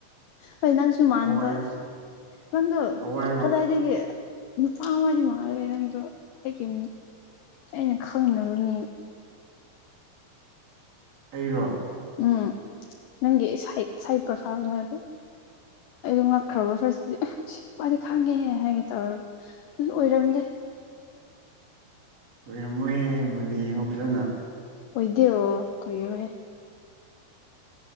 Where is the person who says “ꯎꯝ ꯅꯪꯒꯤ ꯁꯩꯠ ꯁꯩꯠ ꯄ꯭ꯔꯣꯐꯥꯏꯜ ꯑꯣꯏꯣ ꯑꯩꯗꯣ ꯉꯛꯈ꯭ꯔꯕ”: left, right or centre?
Left